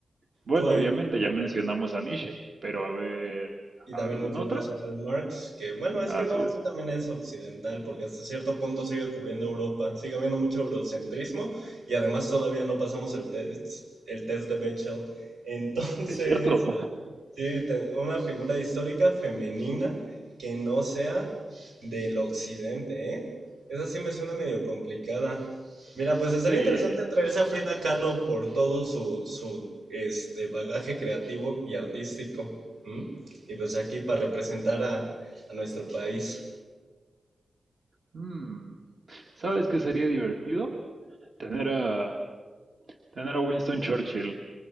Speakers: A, on the right (about 40°); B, on the right (about 65°).
A: Bueno,
B: Pues...
A: obviamente ya mencionamos a Nietzsche, pero a ver,
B: Y también
A: ¿alguna
B: mencionamos
A: otra?
B: a Karl Marx, que bueno, es
A: Así
B: que no,
A: es.
B: sí también es occidental, porque hasta cierto punto sigue cubriendo Europa, sigue habiendo mucho eurocentrismo y además todavía no pasamos el test, el test de Bechdel. Entonces,
A: Es cierto.
B: Sí, te- una figura histórica femenina que no sea del occidente, ¿eh? Esa sí me suena medio complicada. Mira, pues estaría
A: Sí.
B: interesante traerse a Frida Kahlo por todo su, su este, bagaje creativo y artístico. ¿m? Y pues aquí para representar a, a nuestro país.
A: Mm. ¿Sabes qué sería divertido? Tener a, tener a Winston Churchill.